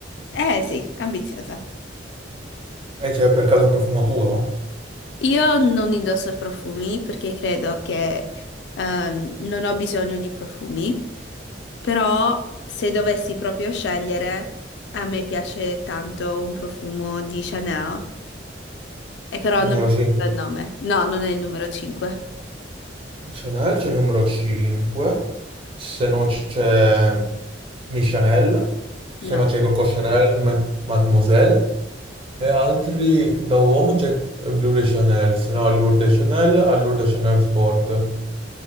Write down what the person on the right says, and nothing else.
E c'è per caso un profumo tuo?
Numero
5.
Chanel, c'è il numero 5. Se no c'è Mi Chanel. Se
no c'è Coco Chanel, Ma- Mademoiselle. E altri da uomo c'è Blue de Chanel. Se no Allure de Chanel, Allure de Chanel Sport.